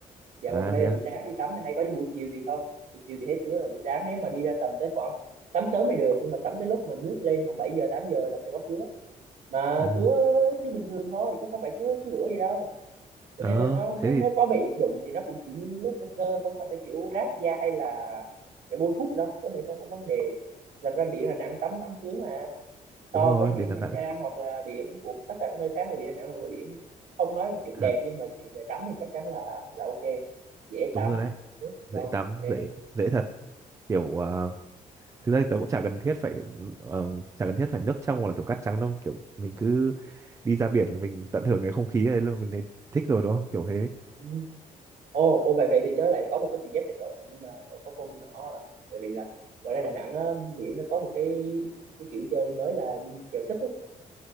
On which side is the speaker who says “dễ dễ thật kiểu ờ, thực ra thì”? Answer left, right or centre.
Right